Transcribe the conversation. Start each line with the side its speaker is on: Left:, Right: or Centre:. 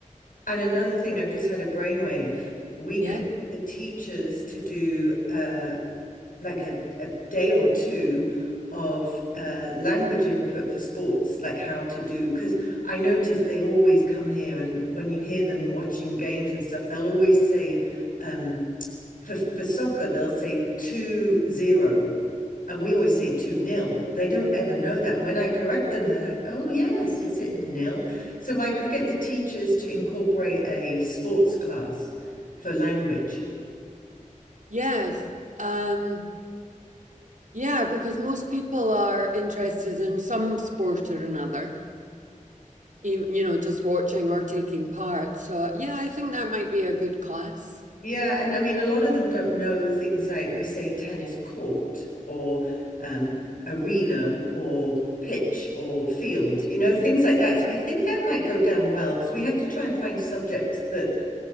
Left: And another thing, I've just had a brainwave. We
Right: Yeah.
Left: could get the teachers to do uh, like a, a day or two of uh, language input for sports, like how to do. Because I notice they always come here, and when you hear them watching games and stuff, they'll always say, um, for, for soccer, they'll say two zero, And we always say two nil. They don't ever know that. And when I correct them, they're like, oh, yes, is it nil? So I could get the teachers to incorporate a sports class for language.
Right: Yes. Um, yeah, because most people are interested in some sport or another. you, you know, just watching or taking part. So yeah, I think that might be a good class.
Left: Yeah, and I mean, a lot of them don't know things like we say tennis court or um, arena or pitch or field, you know, things like that. So I think that might go down well because we have to try and find subjects that